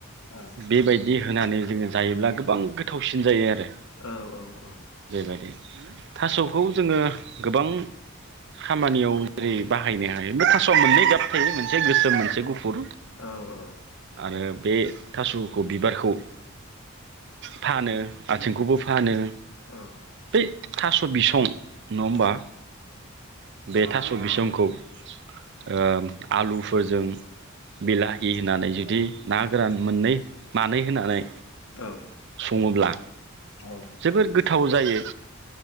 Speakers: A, on the left (about 80°); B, on the right (about 55°).
A: औ
B: बेबायदि होनानै जोङो जायोब्ला गोबां गोथावसिन जायो आरो
A: औ औ औ
B: बेबायदि थास'खौ जोङो गोबां खामानियाव जेरै बाहायनो हायो बे थास'आ मोननै गाब थायो मोनसे गोसोम मोनसे गुफुर
A: औ औ
B: ङो बे थास'खौ बिबारखौ फानो आथिंखौबो फानो
A: औ
B: बै थास' बिसं नङा होमबा बे थास' बिसंखौ ओ आलुफोरजों बिला हि होनानै जुदि ना गोरान मोननै मानै होनानै
A: औ
B: सङोब्ला
A: औ औ
B: जोबोद गोथ गोथाव जायो